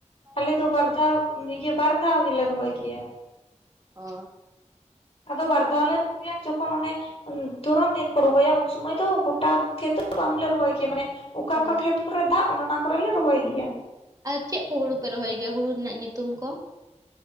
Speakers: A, on the left (about 55°); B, on the right (about 30°).
A: ᱟᱞᱮ ᱫᱚ ᱵᱟᱨ ᱫᱷᱟᱹᱣ ᱤᱭᱟᱹ ᱵᱟᱨ ᱫᱷᱟᱹᱣ ᱜᱮᱞᱮ ᱨᱚᱦᱚᱭ ᱜᱮᱭᱟ ᱾
B: ᱚ ᱾
A: ᱟᱫᱚ ᱵᱟᱨ ᱫᱷᱟᱹᱣ ᱞᱮ ᱨᱚᱦᱚᱭᱟ ᱾ ᱡᱚᱠᱷᱚᱱ ᱚᱱᱮ ᱫᱷᱚᱨᱚᱱ ᱫᱤᱱ ᱠᱚ ᱨᱚᱦᱚᱭᱟ ᱩᱱ ᱥᱚᱢᱚᱭ ᱫᱚ ᱜᱚᱴᱟ ᱠᱷᱮᱛ ᱵᱟᱝᱞᱮ ᱨᱚᱦᱚᱭ ᱜᱮᱭᱟ ᱢᱟᱱᱮ ᱾ ᱚᱠᱟ
B: ᱦᱳᱭ
A: ᱚᱠᱟ ᱠᱷᱮᱛ ᱠᱚᱨᱮ ᱫᱟᱜ ᱚᱱᱮ ᱚᱱᱟ ᱠᱚᱨᱮ ᱞᱮ ᱨᱚᱦᱚᱭ ᱜᱮᱭᱟ ᱾
B: ᱟᱨ ᱪᱮᱫ ᱠᱚ ᱦᱩᱲᱩ ᱯᱮ ᱨᱚᱦᱚᱭ ᱜᱮᱭᱟ? ᱦᱩᱲᱩ ᱨᱮᱱᱟᱜ ᱧᱩᱛᱩᱢ ᱠᱚ ᱾